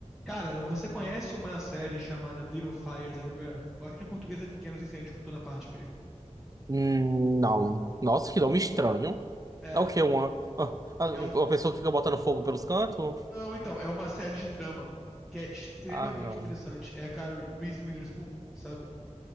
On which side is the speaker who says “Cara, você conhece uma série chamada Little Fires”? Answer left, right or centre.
Centre